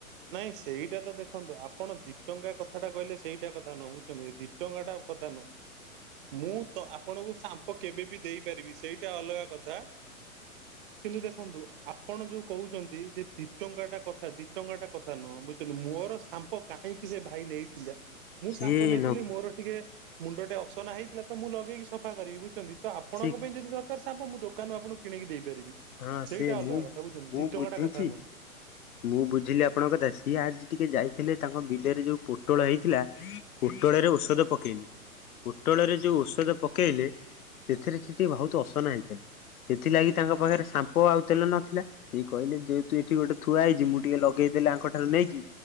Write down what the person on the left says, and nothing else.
ସିଏ
ନ
ଠିକ
ହଁ
ସେ
ମୁଁ
ମୁଁ
ବୁଝୁଛି
ମୁଁ ବୁଝିଲି ଆପଣଙ୍କ କଥା ସିଏ ଆଜି ଟିକେ ଯାଇଥିଲେ ତାଙ୍କ ବିଲରେ ଯୋଉ ପୋଟଳ ହେଇଥିଲା ପୋଟଳରେ ଔଷଧ ପକେଇଲେ ପୋଟଳରେ ଯୋଉ ଔଷଧ ପକେଇଲେ ସେଥିରେ ସେ ଟିକେ ବହୁତ ଅସନା ହେଇଥିଲା। ସେଥିଲାଗି ତାଙ୍କ ପାଖରେ ସାମ୍ପ ଆଉ ତେଲ ନଥିଲା ସେ କହିଲେ ଯେହେତୁ ଏଠି ଗୋଟେ ଥୁଆ ହେଇଛି ମୁଁ ଟିକେ ଲଗେଇଦେଲି ଆଙ୍କ ଠାରୁ ନେଇକି